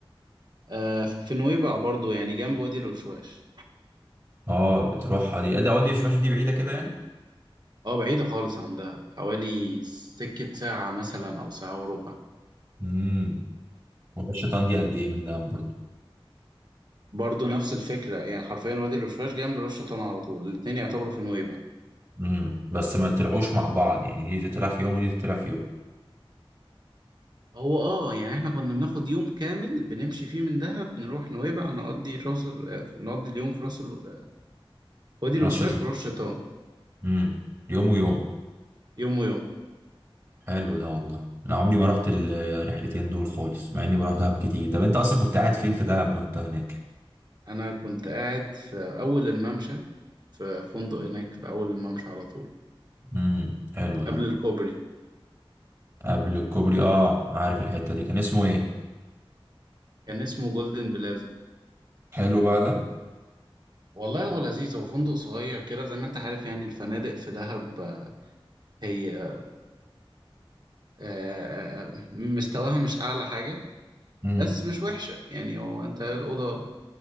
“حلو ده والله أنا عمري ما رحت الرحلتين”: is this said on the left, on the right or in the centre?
Right